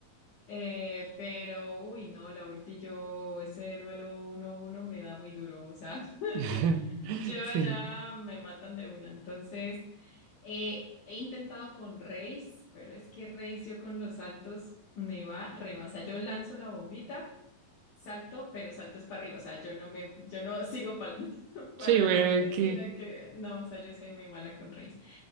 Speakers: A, on the left; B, on the right.
A: eh, pero, uy, no, la ulti yo, ese duelo uno a uno me da muy duro, o sea, <laughs>
B: <laughs>
A: yo allá
B: sí,
A: me matan de una, entonces... Eh, he intentado con Reis, pero es que Reis yo con los saltos me va re más. O sea, yo lanzo la bombita, salto, pero salto es para arriba. O sea, yo no me, yo no sigo pal- <laughs> para
B: sí,
A: adelante,
B: bueno, que
A: sino que no, o sea, yo soy muy mala con Reis.